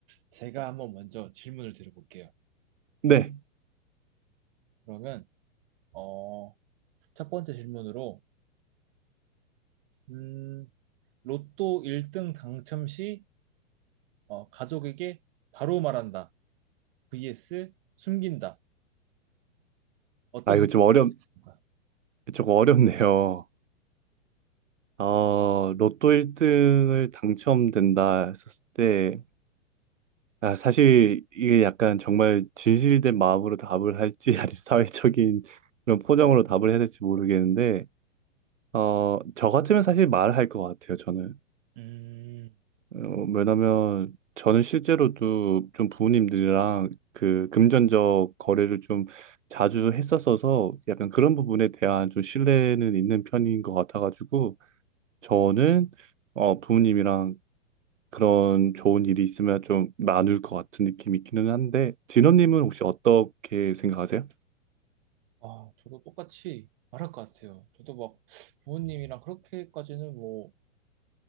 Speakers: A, on the right; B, on the right.
A: 제가 한번 먼저 질문을 드려볼게요.
B: 네.
A: 그러면 어, 첫 번째 질문으로 음, 로또 1등 당첨 시 어, 가족에게 바로 말한다. vs 숨긴다. 어떤
B: 아, 이거 좀 어렵,
A: 선택인가요?
B: 조금 어렵네요. 어, 로또 1등을 당첨된다 했었을 때, 아, 사실 이게 약간 정말 진실된 마음으로 답을 할지, <laughs> 아니면 사회적인 그런 포장으로 답을 해야 될지 모르겠는데, 어, 저 같으면 사실 말할 것 같아요, 저는.
A: 음,
B: 어, 왜냐면 저는 실제로도 좀 부모님들이랑 그 금전적 거래를 좀 자주 했었어서 약간 그런 부분에 대한 좀 신뢰는 있는 편인 것 같아가지고 저는 어, 부모님이랑 그런 좋은 일이 있으면 좀 나눌 것 같은 느낌이 있기는 한데 진원님은 혹시 어떻게 생각하세요?
A: 아, 저도 똑같이 말할 것 같아요. 저도 막 부모님이랑 그렇게까지는 뭐,